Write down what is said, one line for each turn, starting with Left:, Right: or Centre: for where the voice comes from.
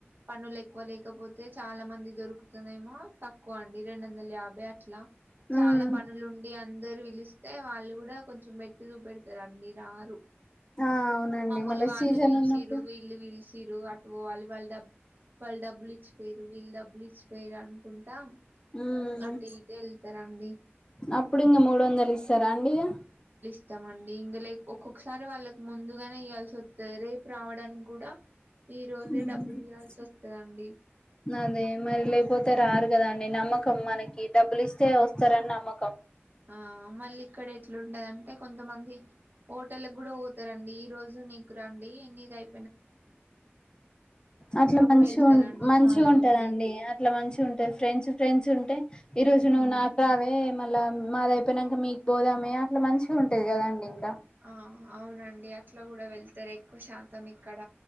Right: పనులు ఎక్కువ లేకపోతే చాలా మంది దొరుకుతేనేమో తక్కువ అండి రెండు వందల యాభై అ అట్లా
Left: హ్మ్
Right: చాలా పనులుండి అందరు పిలు స్తే వాళ్ళు కూడా కొంచెం మేట్టు చుపెడతారు అన్ని రారు
Left: ఆ అవునండి
Right: మమ్మూలు
Left: మళ్ళీ
Right: వాళ్ళు
Left: సీజన్
Right: పిలిచిరు
Left: ఉన్నప్పుడు
Right: వీళ్ళు పీలిచి తీరు అటు పోవాలి వాళ్ళు డ డబ్బు వాళ్ళ డబ్బులు ఇచ్చిపోయరు వీళ్ళు డబ్బులు ఇచ్చిపోయిరు అనుకుంటా
Left: హ్మ్
Right: అటు ఇటు వెళ్తారండి
Left: అప్పుడు ఇంకా మూడు వందలు ఇస్తారా అండి ఇగ
Right: ఇత్తా మండి ఇంగ లేక్ ఒక్కొక్క సరే వాళ్లు ముందుగానే ఇవాల్సి వస్తది రేపు రావడానికి కూడా ఈ రోజే
Left: హ్మ్
Right: డబ్బులు ఇవాల్సి వస్తదండి
Left: అదే మరి లేకపోతే రారు కదండి నమ్మకం మనకి డబ్బులు ఇస్తే వస్తారని నమ్మకం
Right: ఆ మళ్ళీ ఇక్కడ ఎట్లుంటదంటే కొంతమంది హోటల్కి కూడా పోతారండి ఈ రోజు నీకు రండి నీది అయి
Left: అట్లా మంచిగా
Right: కూడా వెళ్తారండి
Left: మంచి
Right: చాలా
Left: ఉంటదండి
Right: మంది
Left: అట్లా మంచి ఉంటాది ఫ్రెండ్స్ ఫ్రెండ్స్ ఉంటే ఈ రోజు
Right: ఉమ్
Left: నువ్వు నాకు రావే మ అట్ల మాది అయిపోయినంక మీకు పోదామే అట్లా మంచిగా ఉంటాది కదా అండి ఇంకా
Right: ఆ అవునండి అట్లా కూడా వెళ్తారు ఎక్కువ శాతం ఇక్కడ